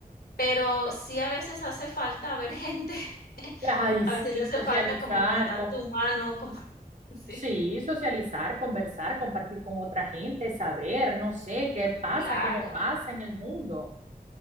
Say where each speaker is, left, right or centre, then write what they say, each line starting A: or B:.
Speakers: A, on the left (about 90°); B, on the right (about 50°).
A: pero sí a veces hace falta ver gente, <laughs>
B: Ay, sí,
A: a veces hace
B: socializar,
A: falta como el contacto
B: con,
A: humano, como <laughs> sí.
B: sí, socializar, conversar, compartir con otra gente, saber, no sé, qué pasa,
A: Claro,
B: qué no pasa en el mundo.